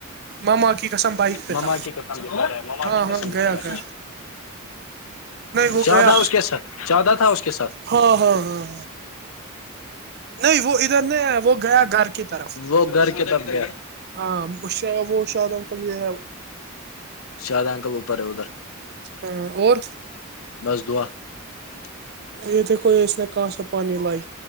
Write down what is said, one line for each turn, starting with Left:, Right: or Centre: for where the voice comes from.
Right: ماما کی قسم بائک پہ
Left: مما
Right: تھا
Left: کی کسمندار مما
Right: ہاں
Left: کی کسندار
Right: ہاں گیا گیا نہیں وہ
Left: زیادہ
Right: گیا
Left: اس کے ساتھ زیادہ تھا اس کے ساتھ
Right: ہاں ہاں ہاں نہیں وہ ادھر نہیں ہے وہ گیا گھر کی طرف
Left: وہ گھر کی طرف گیا
Right: ہاں ب ش بہشد سم یہ
Left: شادہ اکل اوپر ہے ادھر
Right: ہاں اور
Left: مض دع <inaudible>
Right: یہ تھ کوئی اس نے کاس سے پانی لائی